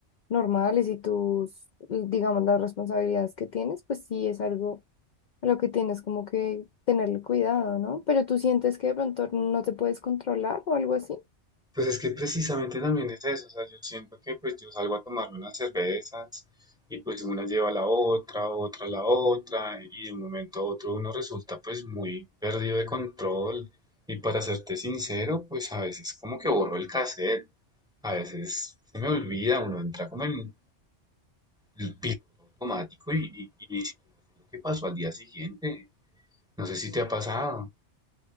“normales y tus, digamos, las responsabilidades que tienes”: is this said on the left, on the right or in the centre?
Left